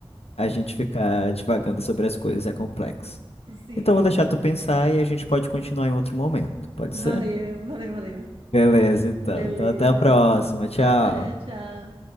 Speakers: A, on the left; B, on the right.
A: a gente ficar divagando sobre as coisas é complexo.
B: <laughs> Sim.
A: Então vou deixar tu pensar e a gente pode continuar em outro momento, pode
B: Valeu,
A: ser?
B: valeu, valeu.
A: Beleza, então.
B: Beleza.
A: Então até a próxima. Tchau.
B: Até, tchau.